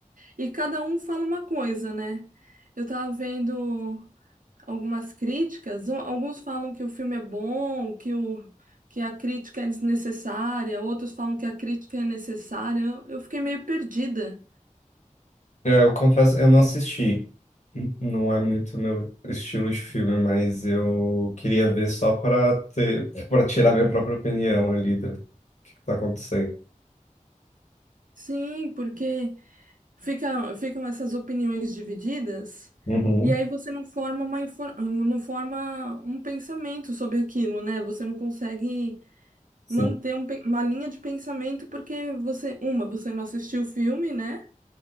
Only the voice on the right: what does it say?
e cada um fala uma coisa, né? Eu tava vendo. algumas críticas. Um- Alguns falam que o filme é bom, que o, que a crítica é desnecessária, outros falam que a crítica é necessária. Eu, eu fiquei meio perdida.
Sim, porque fica, ficam essas opiniões divididas.
E aí você não forma uma, infor- não forma um pensamento sobre aquilo, né? Você não consegue
manter um pe- uma linha de pensamento porque você, uma, você não assistiu o filme, né?